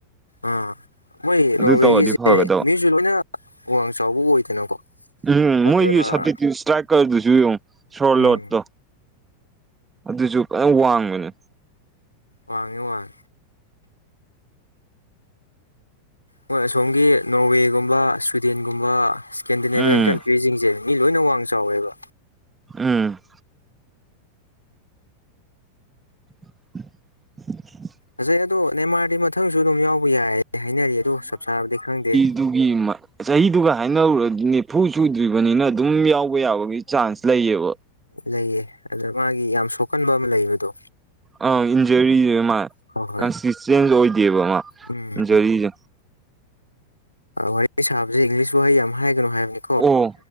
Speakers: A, on the left; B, on the right.
A: ꯑꯥ ꯃꯣꯏ
B: ꯑꯗꯨ
A: ꯅꯣꯔꯋꯦꯒꯤꯁꯦ
B: ꯇꯧꯔꯗꯤ ꯐꯒꯗꯕ
A: ꯃꯤꯁꯨ ꯂꯣꯏꯅ ꯋꯥꯡ ꯆꯥꯎꯕ ꯑꯣꯏꯗꯅꯀꯣ
B: ꯎꯝ
A: ꯑꯗꯨꯅ
B: ꯃꯣꯏꯒꯤ ꯁꯇꯤꯇꯤ ꯏꯁꯇ꯭ꯔꯥꯏꯀꯔꯗꯨꯁꯨ ꯌꯦꯡꯉꯨ ꯁꯣꯔ
A: ꯎꯝ
B: ꯂꯣꯠꯇꯣ ꯑꯗꯨꯁꯨ ꯐꯖ ꯋꯥꯡꯕꯅꯦ
A: ꯋꯥꯡꯉꯤ ꯋꯥꯡ ꯃꯣꯏ ꯑꯁꯣꯝꯒꯤ ꯅꯣꯔꯋꯦꯒꯨꯝꯕ ꯁ꯭ꯋꯤꯗꯦꯟꯒꯨꯝꯕ ꯏꯁꯀꯦꯟꯗꯤꯅꯦꯕꯤꯌꯥꯟ
B: ꯎꯝ
A: ꯀꯟꯇ꯭ꯔꯤꯁꯤꯡꯁꯦ ꯃꯤ ꯂꯣꯏꯅ ꯋꯥꯡ ꯆꯥꯎꯋꯦꯕ
B: ꯎꯝ <inaudible>
A: ꯐꯁꯩ ꯑꯗꯣ ꯅꯦꯃꯥꯔꯗꯤ ꯃꯊꯪꯁꯨ ꯑꯗꯨꯝ ꯌꯥꯎꯕ ꯌꯥꯏ ꯍꯥꯏꯅꯔꯤ ꯑꯗꯨ ꯆꯞ ꯆꯥꯕꯗꯤ ꯈꯪꯗꯦ
B: ꯑꯗꯨꯒꯤ ꯆꯍꯤꯗꯨꯒ ꯍꯥꯏꯅꯔꯨꯔꯗꯤ ꯅꯤꯐꯨ ꯁꯨꯗ꯭ꯔꯤꯕꯅꯤꯅ ꯑꯗꯨꯝ ꯌꯥꯎꯕ ꯌꯥꯕꯒꯤ ꯆꯥꯟꯁ ꯂꯩꯌꯦꯕ
A: ꯂꯩꯑꯦ ꯑꯗꯨꯗ ꯃꯥꯒꯤ ꯌꯥꯝ ꯁꯣꯛꯀꯟꯕ ꯑꯃ ꯂꯩꯕꯗꯣ
B: ꯑꯥ ꯏꯟꯖꯔꯤꯁꯦ ꯃꯥ
A: ꯍꯣꯏ ꯍꯣꯏ
B: ꯀꯟꯁꯤꯁꯇꯦꯟꯁ ꯑꯣꯏꯗꯦꯕ ꯃꯥ
A: ꯎꯝ
B: ꯏꯟꯖꯔꯤꯁꯦ
A: ꯋꯥꯔꯤ ꯁꯥꯕꯁꯦ ꯏꯪꯂꯤꯁ ꯋꯥꯍꯩ ꯌꯥꯝ ꯍꯥꯏꯒꯅꯨ ꯍꯥꯏꯕꯅꯤ
B: ꯑꯣ